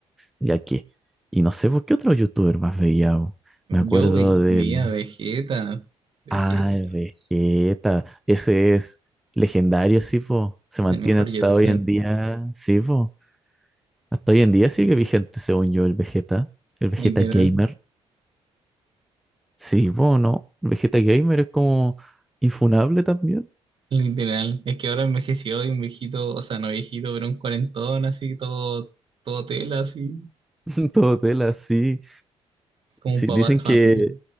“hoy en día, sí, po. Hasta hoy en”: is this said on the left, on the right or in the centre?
Centre